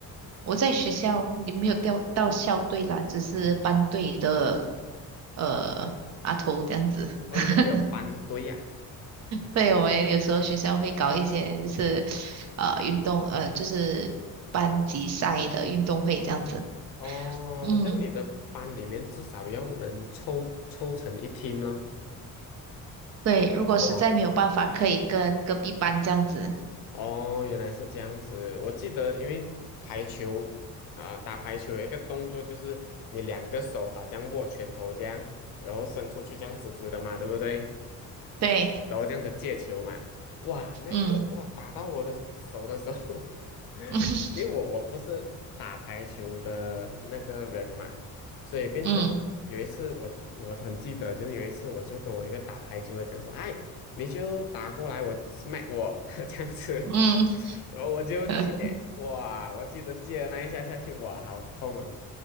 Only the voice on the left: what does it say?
嗯，
哦，
你们还有班队呀、
哦，
这样你的班里面至少要能凑凑成一 team 了。
哇
哦，原来是这样子。我记得，因为排球啊、打排球有一个动作，就是你两个手好像握拳头这样，然后伸出去这样直直的嘛，对不对？
然后这样子借球嘛，哇，那个哇打到我的手的时候，
<laughs>
因为我我不是打排球的那个人嘛，所以变成嗯有一次我我很记得，
就是有一次我就跟我一个打排球的讲说，哎，你就打过来我 smack 我 <laughs> 这样子，
然后我就借，
哇，我记得借了那一下下去，哇，好痛啊，